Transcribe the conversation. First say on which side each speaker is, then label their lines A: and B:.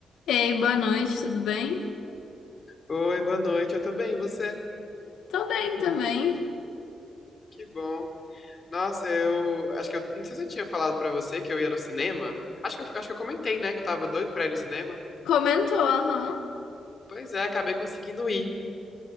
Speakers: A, on the left (about 90°); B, on the left (about 45°).
A: Ei, boa noite, tudo bem?
B: Oi, boa noite. Eu tô bem, e você?
A: Tô bem também.
B: Que bom. Nossa, eu acho que eu não sei se eu tinha falado pra você que eu ia no cinema. Acho que eu, acho que eu comentei, né, que eu tava doido pra ir no cinema.
A: Comentou, aham.
B: Pois é, acabei conseguindo ir.